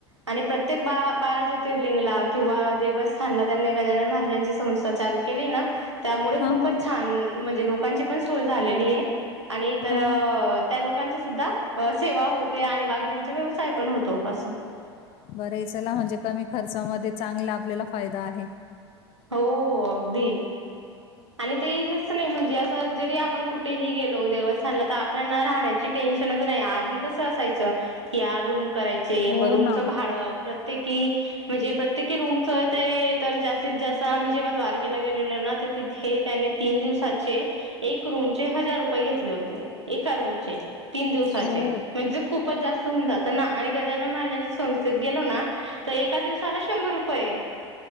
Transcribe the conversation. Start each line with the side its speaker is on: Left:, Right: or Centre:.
Right: आणि प्रत्येक बा बारां ज्योतिर्लिंगला किंवा देवस्थांनला त्यांनी गजानन महाराजांची संस्था चालूं केली नां त्यांमुळे
Left: हा
Right: खूपचं
Left: हा
Right: छांन म्हणजे लोकांची पणं सोयं झालेली आहे आणि तरं
Left: हा हा
Right: त्यां लोकांचे सुद्धां सेवां होते आणि बाकीच्यांचा व्यवसांय पणं होतो असं
Left: बरं आहे चलां म्हणजे कमी खर्चामध्यें चांगला आपल्याला फायदां आहे.
Right: हो हो अगदीं आणि ते इथेच नाहीं म्हणजे असं जरी आपणं कुठेही गेलो देवस्थांनला तरं आपल्यांला राहण्यांची साठी टेन्शनचं नाहीं आंधी कसं असायचं की यां रूंम करायचे
Left: हो
Right: मंग रूंमचं
Left: ना
Right: भाडं प्रत्येकी म्हणजे प्रत्येकी रूंमचं ते तरं जास्तीत जास्तं आम्हीं जेव्हां द्वारकेला गेलेलो नां हे त्यांने तीनं दिवसांचे एकां रूमचे हजांर रुपये घेतले होते एकां रूमचे तीनं दिवसांचे
Left: हो
Right: म्हणजे खूपचं जास्तं होऊंन जातं नां आणि गजानन महाराजांच्या संस्थेत गेलो नां तरं एकां दिवसांला शंभर रुपये आहे